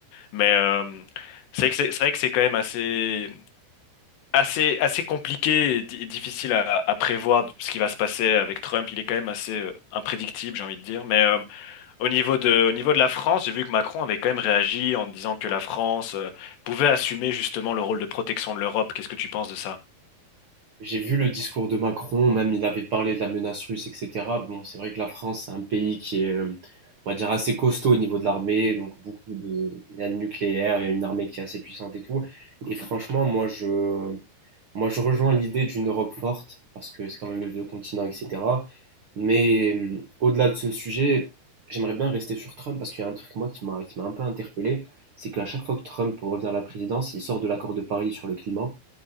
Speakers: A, on the left; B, on the right.
A: Mais euh, c'est vrai que c'est c'est vrai que c'est quand même assez, assez, assez compliqué et, di- et difficile à, à prévoir ce qui va se passer avec Trump. Il est quand même assez euh, imprédictible, j'ai envie de dire. Mais euh, au niveau de, au niveau de la France, j'ai vu que Macron avait quand même réagi en disant que la France euh, pouvait assumer justement le rôle de protection de l'Europe. Qu'est-ce que tu penses de ça?
B: J'ai vu le discours de Macron, même il avait parlé de la menace russe, etc. Bon, c'est vrai que la France, c'est un pays qui est, euh, on va dire, assez costaud au niveau de l'armée, donc beaucoup de, il y a le nucléaire, il y a une armée qui est assez puissante et tout. Et franchement, moi, je, Moi, je rejoins l'idée d'une Europe forte, parce que c'est quand même le vieux continent, etc. Mais hum, au-delà de ce sujet, j'aimerais bien rester sur Trump, parce qu'il y a un truc, moi, qui m'a, qui m'a un peu interpellé, c'est qu'à chaque fois que Trump revient à la présidence, il sort de l'accord de Paris sur le climat,